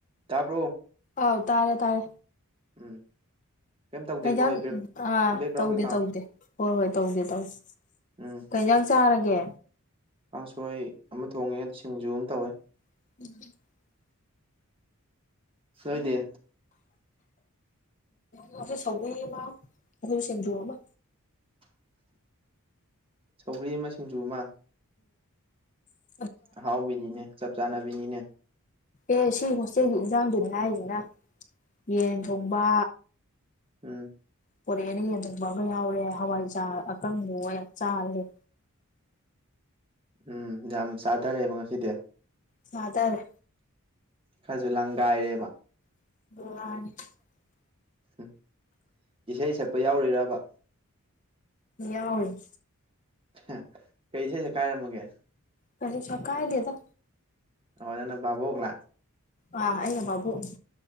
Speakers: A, on the right; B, on the left.
A: ꯇꯥꯕ꯭ꯔꯣ
B: ꯑꯥꯎ ꯇꯥꯔꯦ ꯇꯥꯔꯦ
A: ꯎꯝ ꯀꯩꯝ ꯇꯧꯗꯦꯀꯣ
B: ꯀꯩꯖꯥꯡ
A: ꯑꯩ ꯕꯦꯛ
B: ꯑꯥ
A: ꯕꯦꯛꯒ꯭ꯔꯥꯎꯟ
B: ꯇꯧꯗꯦ
A: ꯀꯩꯀꯥ
B: ꯇꯧꯗꯦ ꯍꯣꯏ ꯍꯣꯏ ꯇꯧꯗꯦ ꯇꯧꯗꯦ
A: ꯎꯝ
B: ꯀꯩꯖꯥꯡ ꯆꯥꯔꯒꯦ
A: ꯀꯥꯡꯁꯣꯏ ꯑꯃ ꯊꯣꯡꯉꯦ ꯁꯤꯡꯖꯨ ꯑꯃ ꯇꯧꯋꯦ
B: <inaudible>
A: ꯁꯣꯏꯗꯦ
B: ꯉꯁꯤ ꯁꯧꯒ꯭ꯔꯤ ꯑꯃ ꯁꯤꯡꯖꯨ ꯑꯃ
A: <inaudible> ꯁꯧꯒ꯭ꯔꯤ ꯑꯃ ꯁꯤꯡꯖꯨ ꯑꯃ
B: ꯑꯣ
A: ꯑꯍꯥꯎꯕꯤꯅꯤꯅꯦ ꯆꯞ ꯆꯥꯟꯅꯕꯤꯅꯤꯅꯦ
B: ꯑꯦ ꯁꯤ ꯍꯣꯁꯇꯦꯜꯒꯤ ꯏꯟꯖꯥꯡꯗꯨꯅꯤ ꯍꯥꯏꯔꯤꯁꯤꯅ ꯌꯦꯟ ꯊꯣꯡꯕ
A: ꯎꯝ
B: ꯄꯣꯔꯦ ꯑꯅ ꯌꯦꯟꯊꫭꯡꯕ ꯑꯃ ꯌꯥꯎꯔꯦ ꯍꯋꯥꯏꯖꯥꯔ ꯑꯀꯪꯕ ꯌꯥꯝ ꯆꯥꯔꯦ
A: <inaudible> ꯎꯝ ꯌꯥꯝ ꯆꯥꯗꯔꯦꯕ ꯉꯁꯤꯗꯤ
B: ꯆꯥꯗꯥꯔꯦ
A: ꯈꯖꯨ ꯂꯥꯡꯒꯥꯏꯔꯦꯕ
B: <unintelligible>
A: ꯍꯨ ꯏꯁꯩ ꯁꯛꯄ ꯌꯥꯎꯔꯤꯔꯥꯕ
B: ꯌꯥꯎꯔꯤ
A: <unintelligible> ꯀꯩ ꯏꯁꯩ ꯁꯛꯀꯥꯏꯔꯝꯃꯒꯦ
B: ꯀꯩꯁꯨ ꯁꯛꯀꯥꯏꯗꯦꯗ
A: ꯑꯃꯥꯏꯅꯅꫭ ꯕꯥꯕꫭꯛꯅ
B: ꯑ ꯑꯩꯅ ꯕꯥꯕꯨꯛꯅꯤ